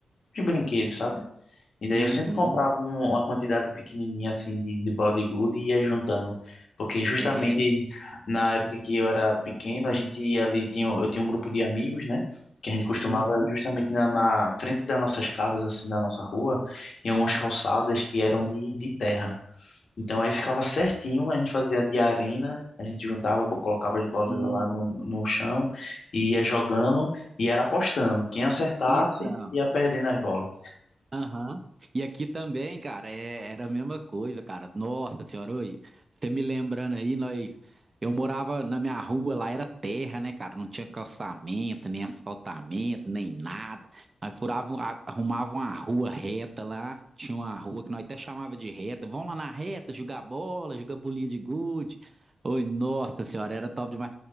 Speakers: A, on the left; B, on the right.
A: uns brinquedos, sabe? E daí
B: uhum.
A: eu sempre comprava um- uma quantidade pequenininha assim de, de balde de gude e ia juntando. Porque justamente
B: É,
A: na época que eu era pequeno, a gente ali tinha, eu tinha um grupo de amigos, né? Que a gente costumava
B: uhum.
A: justamente na, na frente das nossas casas, assim, na nossa rua, tinha algumas calçadas que eram de, de terra. Então aí ficava certinho, a gente fazia de arena, a gente juntava, bo- colocava as bolas
B: Hum.
A: lá no, no chão e ia jogando e era apostando. Quem acertasse
B: Então.
A: ia perdendo as bolas.
B: Aham. E aqui também, cara, é- era a mesma coisa, cara. Nossa senhora, oi, você me lembrando aí, nós. Eu morava na minha rua, lá era terra, né, cara? Não tinha calçamento, nem asfaltamento, nem nada. Nós furavam, a- arrumavam uma rua reta lá. Tinha uma rua que nós até chamava de reta. Vamos lá na reta, jogar bola, jogar bolinha de gude. Oi, nossa senhora, era top demais.